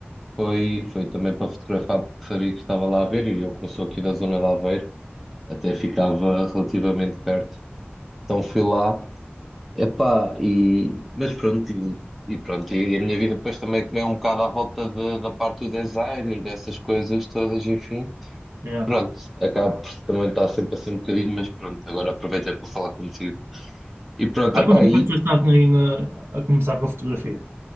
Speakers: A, in the centre; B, on the right (about 65°).
A: foi, foi também para fotografar, porque sabia que estava lá a ver, e eu como sou aqui da zona de Aveiro, até ficava
B: Nada.
A: relativamente perto. Então fui lá, epá, e, mas pronto, e, e pronto, e a minha vida depois também comeu um bocado à volta de- da parte do design e dessas coisas todas, enfim.
B: Yeah.
A: Pronto, acabo por também estar sempre assim um bocadinho, mas pronto, agora aproveitei para falar contigo. E pronto,
B: Há
A: epá,
B: quanto tempo
A: e,
B: é que tu já estás aí na- a começar com a fotografia?